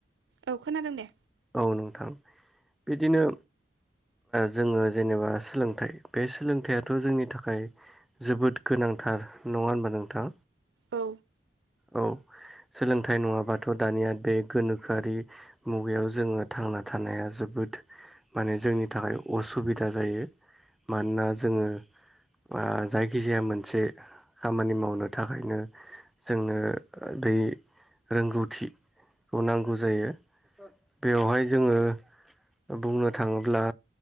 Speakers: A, on the right (about 80°); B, in the centre.
A: औ खोनादों दे
B: औ नोंथां बिदिनो जोङो जेनेबा सोलोंथाइ बे सोलोंथायाथ' जोंनि थाखाय जोबोद गोनांथार नङा होनबा नोंथां?
A: औ
B: औ सोलोंथाइ नङाबाथ' दानिया बे गोनोखोआरि मुगायाव जोङो थांना थानाया जोबोद माने जोंनि नि थाखाय असुबिदा जायो मानोना जोङो आ जायखिजाया मोनसे खामानि मावनो थाखायनो जोंनो बै रोंगौथिखौ नांगौ जायो। बेवहाय जोङो बुंनो थाङोब्ला